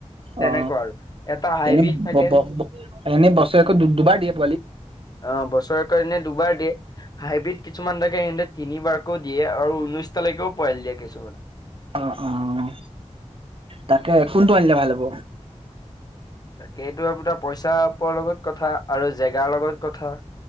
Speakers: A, on the left (about 35°); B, on the right (about 50°).
A: তেনেকুৱা
B: অ
A: আৰু এটা হাইব্ৰীড
B: এনে এনে
A: থাকে
B: বছৰেকো দুবাৰ দিয়া?
A: অ বছৰত দুবাৰ দিয়ে হাইব্ৰীড কিছুমানাকে সহঁতে তিনিবাৰকে দিয়ে আৰু ঊনৈশ তালিকেও পোৱাই দিয়ে। কিছোমান
B: অ' অ' তাকে কোনটো আনিলে ভাল হ'ব?
A: তাকেইটো আপোনাৰ পইচা পোৱা লগত কথা আৰু জেগাৰ লগত কথা